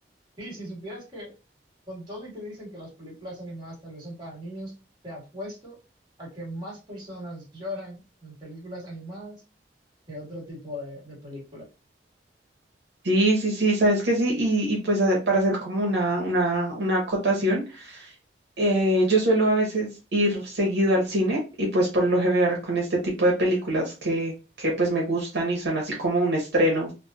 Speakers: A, on the right; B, on the right.
A: Sí, si supieras que con todo y que dicen que las películas animadas tal vez son para niños, te apuesto a que más personas lloran en películas animadas que otro tipo de, de película.
B: Sí, sí, sí, sabes que sí, y, y pues a- para hacer como una, una, una acotación. Eh, yo suelo a veces ir seguido al cine y pues por lo general con este tipo de películas que, que pues me gustan y son así como un estreno